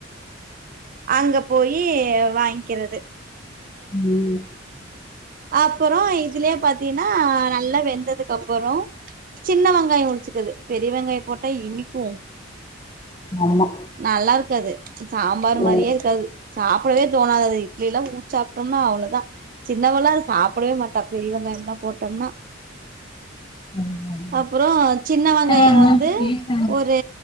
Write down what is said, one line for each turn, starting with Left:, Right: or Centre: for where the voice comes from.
Right: அங்க போய் இ வாங்க்கிறது
Left: ம்ம்
Right: அப்புறம் இதுலே பாத்தீன்னா நல்ல வெ ந்ததுக்கு அப்புறம் சின்ன வெங்காய உடிச்சுக்குது பெரிய வெங்காய போட்டா இனிக்கும்
Left: ஆமா
Right: நல்லாருக்காது சாம்பாரு
Left: ம்
Right: மாரியே இருக்காது சாப்டவே தோணாது அது இட்லிலா ஊச்சாப்ட்டம்னா அவ்ளுதா சின்னவல்லா அத சாப்டவே மாட்டா பெரிய வெங்காயலா போட்டம்னா
Left: இது வந்து
Right: அப்புறம், சின்ன வெங்காயம்
Left: நல்லா
Right: வந்து
Left: டேஸ்டா
Right: ஒரு